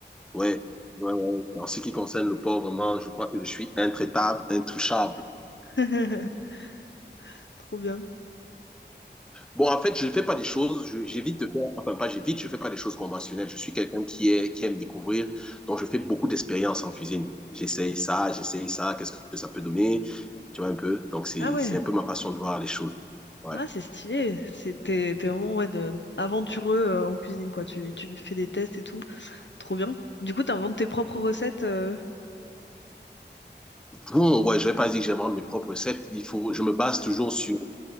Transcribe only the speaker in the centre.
Ouais. ouais, ouais. En ce qui concerne le port, vraiment, je crois que je suis intraitable, intouchable.
Bon, en fait, je ne fais pas des choses, je- j'évite de faire, enfin pas j'évite, je ne fais pas des choses conventionnelles. Je suis quelqu'un qui est, qui aime découvrir, donc je fais beaucoup d'expériences en cuisine. J'essaye ça, j'essaye ça, qu'est-ce que ça peut donner, tu vois un peu. Donc c'est,
c'est un peu ma façon de voir les choses. Ouais.
Bon, ouais, je vais pas dire que j'invente mes propres recettes. Il faut, je me base toujours sur,